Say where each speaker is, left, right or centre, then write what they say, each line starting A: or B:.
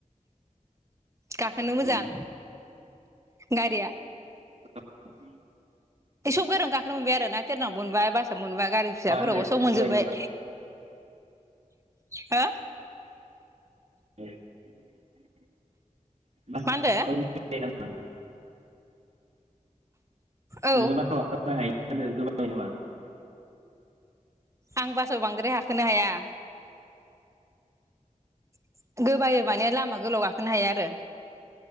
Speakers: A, on the right; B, on the right.
A: गाखोनो मोजां
B: औ
A: गारिया
B: <unintelligible>
A: सब गोरियावनो गाखोनो मोनबाय आरो ना थेरनाव मोनबाय बास मोनबा गारि फिसाफोरावबो
B: मा होनदो
A: सब मोनजोबबाय
B: गोबाय
A: हा
B: <unintelligible> <unintelligible>
A: मा होनदो
B: <unintelligible>
A: औ
B: नोङो माथाव खालामनो हायो होन गोबां <unintelligible>
A: आं बासाव बांद्राय गाखोनो हाया <inaudible> गोबायो माने लामा गोलाव गाखो नों हाया आरो